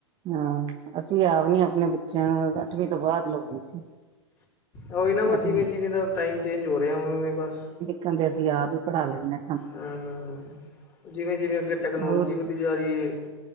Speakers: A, on the right; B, on the left.
A: ਹਾਂ ਅਸੀਂ ਆਪ ਨੀ ਆਪਣੇ ਬੇ 'ਚ' ਅੱਠਵੀਂ ਤੋਂ ਬਾਅਦ ਲਵਾਈ ਸੀ
B: ਹਾਂ, ਏ ਨਾ ਬੱਸ
A: ਅੱਠਵੀਂ
B: ਜਿਵੇਂ-ਜਿਵੇਂ ਦਾ ਟਾਈਮ ਚੇਂਜ ਹੋ ਰਿਹਾ ਉਵੇਂ-ਉਵੇਂ ਬੱਸ
A: ਕਹਿੰਦੇ ਅਸੀਂ ਆਪ ਹੀ ਪੜਾ ਲੈਨੇ
B: ਆ ਜਿਵੇਂ-ਜਿਵੇਂ ਅੱਗੇ ਟੈਕਨੋਲੋਜੀ
A: ਹੋਰ
B: ਵਧੀ ਵੀਆਰੀ,